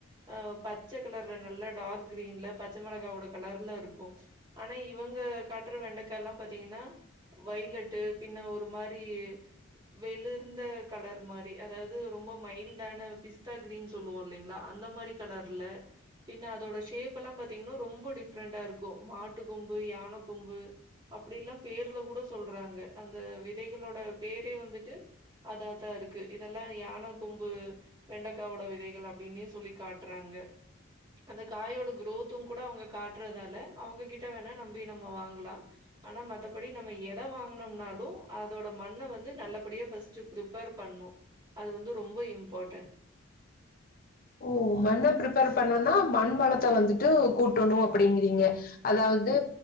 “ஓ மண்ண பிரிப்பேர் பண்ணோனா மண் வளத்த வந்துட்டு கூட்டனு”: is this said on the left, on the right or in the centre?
Left